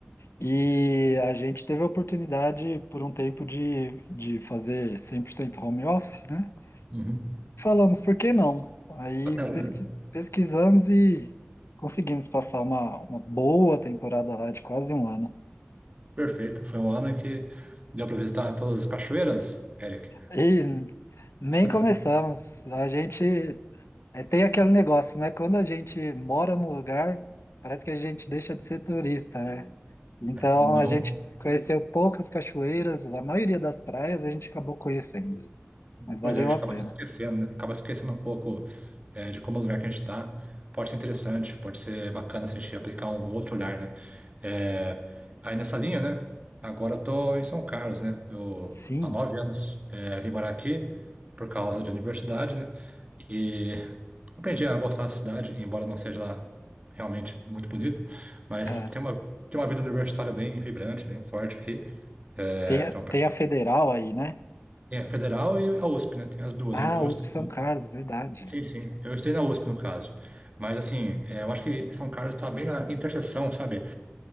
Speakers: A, on the left; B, on the right.
A: E a gente teve a oportunidade por um tempo de, de fazer 100% home office, né?
B: Uhum.
A: Falamos, por que não? Aí
B: Então,
A: pesqui- pesquisamos e conseguimos passar uma, uma boa temporada lá de quase um ano.
B: Perfeito. Foi um ano em que deu para visitar todas as cachoeiras, Eric.
A: E nem
B: <laughs>
A: começamos. A gente é, tem aquele negócio, né? Quando a gente mora num lugar, parece que a gente deixa de ser turista, né? Então
B: Não
A: a gente conheceu poucas cachoeiras, a maioria das praias a gente acabou conhecendo. mas valeu
B: Pois é, a gente
A: a
B: acaba
A: pena.
B: se esquecendo, né? Acaba se esquecendo um pouco, é, de como o lugar que a gente está. Pode ser interessante, pode ser bacana se a gente aplicar um outro olhar, né? É, aí nessa linha, né? Agora eu tô em São Carlos, né? Eu
A: Sim,
B: há nove anos é, vim morar aqui por causa de universidade, né? E <laughs> aprendi a gostar da cidade, embora não seja lá realmente muito bonito, mas
A: é,
B: tem uma, tem uma vida universitária bem vibrante, bem forte aqui. É,
A: tem, a-
B: então,
A: tem a federal aí, né?
B: tem a federal e a USP, né? Tem as duas.
A: Ah,
B: Eu, eu
A: USP
B: estudei
A: São Carlos, verdade.
B: Sim, sim. Eu estudei na USP, no caso. Mas, assim, é, eu acho que São Carlos está bem na interseção, sabe?